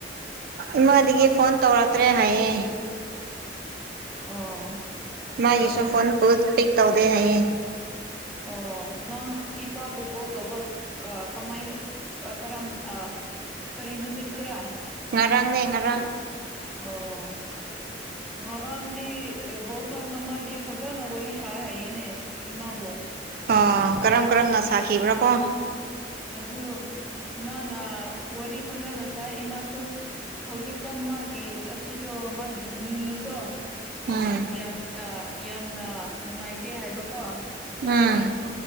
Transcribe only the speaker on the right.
ꯏꯃꯥꯗꯒꯤ ꯐꯣꯟ ꯇꯧꯔꯛꯇ꯭ꯔꯦ ꯍꯥꯏꯌꯦꯦ
ꯃꯥ
ꯌꯁꯣ ꯐꯣꯟꯣꯟ ꯄꯨ ꯄꯤꯛ ꯇꯧꯗꯦ ꯍꯥꯏꯌꯦ
ꯉꯔꯥꯡꯅꯦ ꯉꯔꯥꯡ
ꯑꯣ ꯀꯔꯝ ꯀꯔꯝꯅ ꯁꯥꯈꯤꯕ꯭ꯔꯥ ꯀꯣ
ꯎꯝ
ꯎꯝ